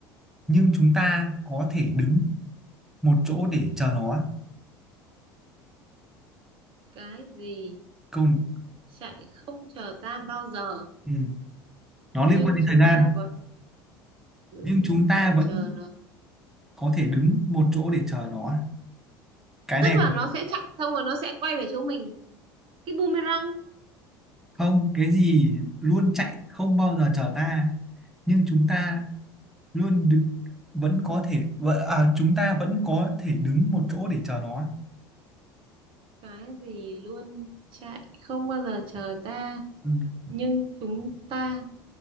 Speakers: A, in the centre; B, on the right (about 50°).
A: nhưng chúng ta có thể đứng một chỗ để chờ nó
B: cái gì
A: câu
B: chạy không chờ ta bao giờ
A: ừ. nó liên
B: nhưng
A: quan đến
B: chúng
A: thời gian
B: ta có thể đứng
A: nhưng chúng ta
B: để
A: vẫn
B: chờ nó
A: có thể đứng một chỗ để chờ nó cái
B: tức
A: này
B: là nó sẽ chạy xong rồi nó sẽ quay về chỗ mình cái boomerang
A: không cái gì luôn chạy không bao giờ chờ ta nhưng chúng ta luôn đ- vẫn có thể vợ à chúng ta vẫn có thể đứng một chỗ để chờ nó
B: cái gì luôn chạy không bao giờ chờ ta
A: Ừ.
B: nhưng chúng ta